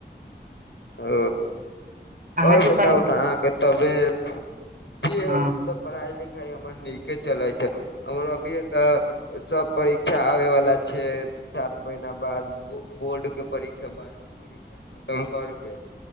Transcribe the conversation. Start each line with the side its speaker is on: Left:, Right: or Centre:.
Left: ओ
Right: अहाँके
Left: आओर बताउ
Right: पढ़ाई
Left: न अहाँके तबियत कि हम
Right: हँ
Left: तब। पढ़ाई-लिखाई हमर नीके चलै छै, हमर अभीए तऽ सब। परीक्षा आबै वला छै, सात। महिना बाद, बोर्ड के परीक्षा बारहवीं के परीक्षा खतम कर। के